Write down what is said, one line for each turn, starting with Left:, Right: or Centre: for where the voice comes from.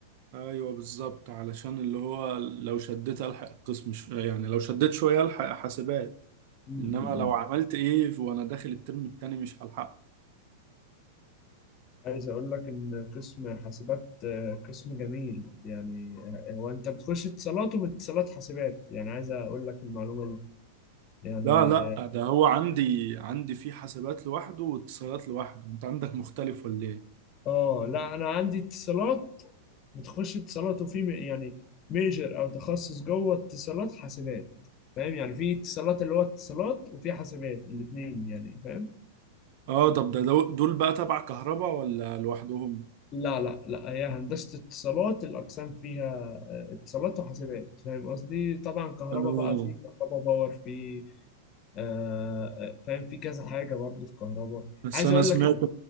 Right: ايوه بالظبط علشان اللي هو لو شديت الحق القسم ش... يعني لو شديت شويه الحق حاسبات
Left: م- م-
Right: انما لو
Left: م.
Right: عملت ايه وانا داخل الترم التاني مش هلحقه
Left: عايز اقول لك ان قسم حاسبات آه، قسم جميل يعني آه، هو انت بتخش اتصالات ومن اتصالات حاسبات يعني عايز اقول لك المعلومة دي يعني
Right: لا لا ده هو عندي عندي في حاسبات لوحده واتصالات لوحده انت عندك مختلف ولا ايه
Left: اه لا انا عندي اتصالات بتخش اتصالات وفي م- يعني ميجر او تخصص جوه اتصالات حاسبات فاهم يعني في اتصالات اللي هو اتصالات وفي حاسبات الاثنين يعني فاهم
Right: اه طب ده دو- دول بقى تبع كهرباء ولا لوحدهم
Left: لا لا لا هي هندسة اتصالات الاقسام فيها اتصالات وحاسبات فاهم قصدي طبعا كهرباء
Right: اه
Left: بقى في كهرباء باور في آه آه، فاهم في كذا حاجة برضو في كهرباء
Right: بس
Left: عايز
Right: انا
Left: اقول
Right: سمعت
Left: لك ال...